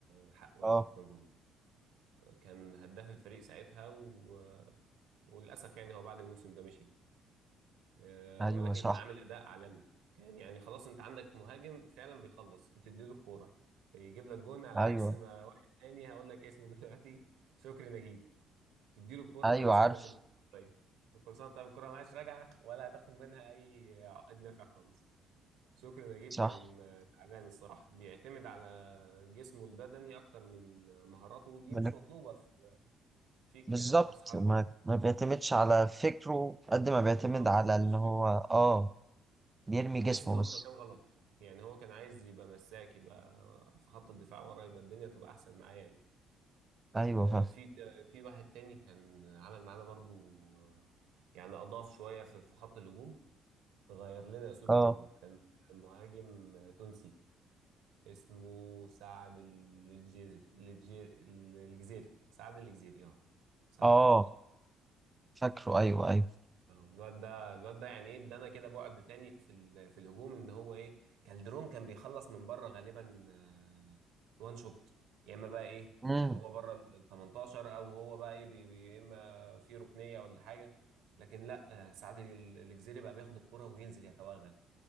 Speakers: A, on the right; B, on the right.
A: آه، حقه
B: اه
A: يعني في مجهوده آه، كان هداف الفريق ساعتها و... آه، وللأسف يعني هو بعد الموسم ده مشي آه،
B: ايوه
A: ولكن
B: صح
A: كان عامل أداء عالمي كان يعني خلاص أنت عندك مهاجم فعلا بيخلص بتديله الكورة يجيب لك جون على
B: ايوه
A: عكس ما واحد تاني هقول لك اسمه <laughs> دلوقتي شكري نجيب تديله الكورة
B: ايوه
A: خلاص
B: عارف
A: كده كل سنة وأنت طيب كل سنة وأنت طيب الكورة معاش راجعة ولا هتاخد منها أي عقد نافع خالص شكري نجيب
B: صح
A: كان آه، تعبان الصراحة بيعتمد على جسمه البدني اكتر من مهاراته ودي
B: من-
A: مش مطلوبه في- فيك
B: بالظبط
A: كراس حربة
B: ما
A: يعني
B: ما بيعتمدش على فكره قد ما بيعتمد
A: خالص
B: على
A: ما عندوش
B: ان هو
A: فكر
B: اه بيرمي
A: تحس
B: جسمه
A: ان هو
B: بس
A: في مكان غلط يعني هو كان عايز يبقى مساك يبقى في خط الدفاع ورا يبقى الدنيا تبقى احسن معاه يعني
B: ايوه
A: آه،
B: فاهم
A: في في واحد تاني كان عمل معانا برضو آه، يعني اضاف شويه في في خط الهجوم غير لنا اسلوب
B: اه
A: الهجوم كان مهاجم تونسي اسمه سعد الجزيري الجزيري الجزيري سعد الجزيري اه سعد
B: اه
A: الجزيري
B: فاكره ايوه ايوه
A: آه، الواد ده الواد ده يعني ايه ادانا كده بعد تاني في ال- في الهجوم ان هو ايه كالدرون كان بيخلص من بره غالبا آه، وان شوت يا اما بقى ايه
B: امم
A: آه، هو بره ال 18 او هو بقى ايه بي- بي- يا اما في ركنيه ولا حاجه لكن لا آه، سعد ال- الجزيري بقى بياخد الكره وينزل يتوغل